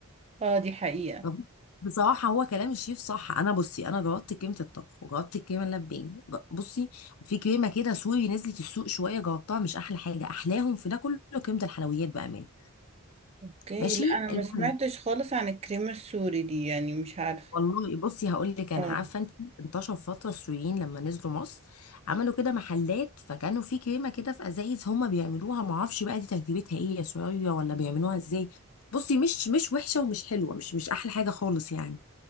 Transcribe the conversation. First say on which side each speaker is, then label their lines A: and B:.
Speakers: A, on the right; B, on the left.
A: اه دي حقيقة
B: طب بصراحة هو كلام الشيف صح أنا بصي أنا جربت كريمة الطبخ وجربت الكريمة اللباني ج- بصي في كريمة كده سوري نزلت السوق شوية جربتها مش أحلى حاجة أحلاهم في ده كله كريمة الحلويات بأمان
A: اوكي
B: ماشي
A: لا انا ما
B: المهم
A: سمعتش خالص عن الكريمة السوري دي يعني مش عارفة
B: والله بصي هقول لك أنا
A: اه
B: عارفة أنت انتشر فترة السوريين لما نزلوا مصر عملوا كده محلات فكانوا في كريمة كده في أزايز هما بيعملوها معرفش بقى دي تركيبتها إيه يا سورية ولا بيعملوها إزاي بصي مش مش وحشة ومش حلوة مش مش أحلى حاجة خالص يعني